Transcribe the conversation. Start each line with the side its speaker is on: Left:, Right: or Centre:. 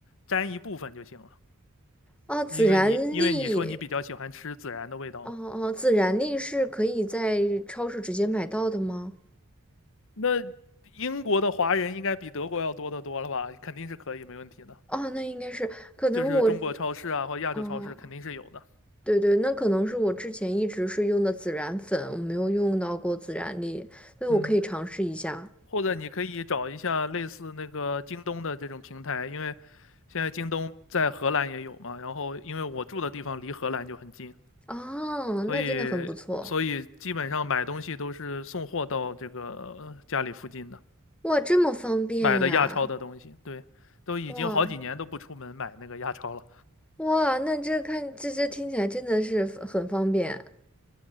Left: 粘一部分就行了。
Centre: 啊，孜然粒，
Left: 因为你因为你说你比较喜欢吃孜然的味道嘛，
Centre: 哦哦，孜然粒是可以在超市直接买到的吗？
Left: 那英国的华人应该比德国要多得多了吧？肯定是可以，没问题的。
Centre: 哦，那应该是可能我。
Left: 就是中国超市啊或亚洲超市肯定是有的。
Centre: 哦，对对，那可能是我之前一直是用的孜然粉，我没有用到过孜然粒，所以我可以尝试一下。
Left: 嗯或者你可以找一下类似那个京东的这种平台，因为现在京东在荷兰也有嘛。然后因为我住的地方离荷兰就很近，
Centre: 哦，
Left: 所以所以基本上买东西都是送货到这个家里附近的，
Centre: 那真的很不错，哇，这么方便呀，
Left: 买的亚超的东西。对，都已经好几年都不出门买那个亚超了。
Centre: 哇哇，那这看这这听起来真的是很很方便